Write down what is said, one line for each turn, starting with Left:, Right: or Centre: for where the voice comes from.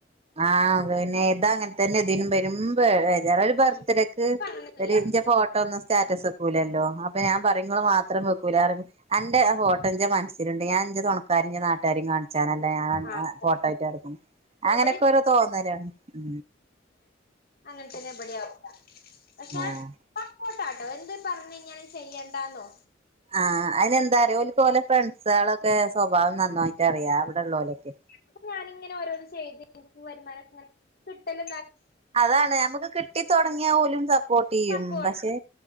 Right: ആഹ പിന്നെ താ അങ്ങനെ തന്നെ ഇതിനും വരും വരാറ ഒരു ബർത്ത്ഡേ
Left: ഉം
Right: ഒക്ക്
Left: ഇപ്പ അങ്ങനൊന്നുല്ല
Right: ഒരു ഇന്റെ ഫോട്ടോ ഒന്ന സ്റ്റാറ്റസ് വെക്കൂലല്ലോ അപ്പൊ ഞാൻ പറയും മോൾ മാത്രം വെക്കൂല എന്റെറെ ഹോട്ടന്റെ ണ്ട് ഞൻ അഞ്ച് തുണക്കാ നാട്ടാരും കാണിച്ചാനല്ല
Left: ആഹ്
Right: ഫോട്ടോ ആട്ട്ക്കുന്നു അങ്ങനെ
Left: ഇവിടെ
Right: എ തോന്നരാണ് ഉ
Left: അങ്ങന തന്നെ ബടിയ ആവസ്ഥ
Right: ആഹ്
Left: പക്ഷ ട്ടാട്ടോ എന്ത് പറഞ്ഞഞ് ഇങ്ങനും ചെയ്യേണ്ടാന്നോ
Right: ആഹ് അതിനന്ന്ത ഒരുപോലെ ഫ്രണ്ട്സകൊക്കെ സ്വഭാവം ന നോയിട്ട് അറിയാം അവിടെ ഉള്ള പോലൊക്കെ
Left: അപ്പൊ ഞാനിങ്ങനെ ഓരോ ചെയ്തും വരുമാനംനെ കിട്ടല
Right: അതാണ് നമുക്ക് കിട്ടി തുടങ്ങിയാൽ പോലും സപ്പോർട്ട് ചെയ്യും
Left: സപ്പോർട്ട്
Right: പക്ഷെ